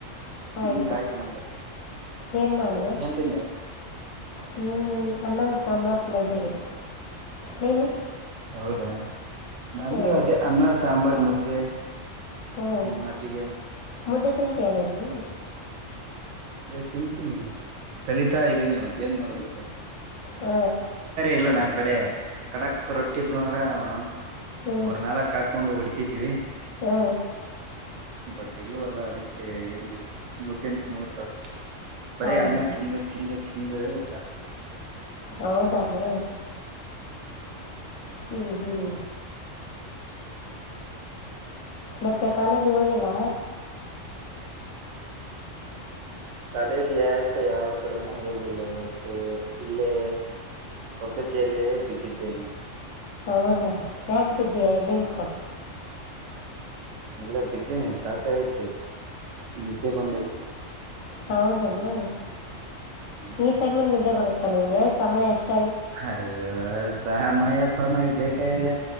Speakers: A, on the left; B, on the right.
A: ಆಯ್ತು
B: ಹ್ಮ್ ಆಯ್ತ್ ನಂದು
A: ಏನ್ ಮಾಡಿದೆ
B: ಏನ್ ತಿಂದೆ
A: ಹ್ಮ್ ಅನ್ನ ಸಾಂಬಾರ್ ಮಜ್ಜಿಗೆ ನೀನು
B: ಹೌದಾ ನಂದು
A: ಹ್ಞೂ
B: ಅದೇ ಅನ್ನ ಸಾಂಬಾರ್ ಮುದ್ದೆ
A: ಹ್ಞೂ
B: ಮಜಿಗೆ
A: ಮುದ್ದೆ ತಿಂತ ಏನೇನು
B: ಏ ತಿಂತೀನಿ ಕಲಿತಾ ಇದ್ದೀನಿ ಮತ್ತ ಏನ್ ಮಾಡ್ಬೇಕ
A: ಹ್ಮ
B: ಇಲ್ಲ ನಮ್ಮ್ ಕಡೆ ಕಡಕ್ ರೊಟ್ಟಿದ್ದು ಅಂದ್ರೆ ಹೇ
A: ಹ್ಞೂ
B: ಮೂರ್ ನಾಲ್ಕಕ್ ಹಾಕೊಂಡು ಹೊಡಿತಿದ್ವಿ
A: ಹ್ಞೂ
B: ಬಟ್ ಇಲ್ವಲ್ಲ ಅದಿಕ್ಕೆ ಏನ್ ಮಾಡ್ತಯ ಮುದ್ದೆನ ತಿನ್ವಕ್ ಆಾಗುತ್ತೆ ಬರೀ
A: ಹೌದಾ
B: ಅನ್ನ ತಿಂದು ತಿಂದು ತಿಂದು ಸಣ್ಣ ಆಗಿದ್ದೀಯಾ
A: ಹೌದಾನ ಹ್ಮ್ ಹ್ಮ್ ಮತ್ತೆ ಕಾಲೇಜು ಹೋಗಲ್ಲ
B: ಕಾಲೇಜ್ ಯಾಕ ಯಾವ ಕಡೆನೂ ಹೋಗಿಲ್ಲ ಇವತ್ತು ಇಲ್ಲೇ ವಸತಿಯಲ್ಲೇ ಬಿದ್ದಿದ್ದೇನೆ
A: ಹೌದಾ ಯಾಕ ಬಿದ್ದ್ಯಾ ನಿಂತ್ಕೊಟ್ಟು
B: ಎಲ್ಲ ಬಿದ್ದೆ ನೀನ್ ಸಾಕ ತಿ ನಿದ್ದೆ ಬಂದ್ ಐತೆ
A: ಹೌದೇನಾ
B: ಹ್ಮ್
A: ಈ ಟೈಮಲ್ಲಿ ಇದೇ ಬರುತ್ತಾ ನಿಂಗೆ ಸಮಯ ಅಷ್ಟೇ
B: ಅಯ್ಯೋ ಸಹ ಮಯ ಅಪ್ಪ ಮ ಬೇಕ ಇಲ್ಲ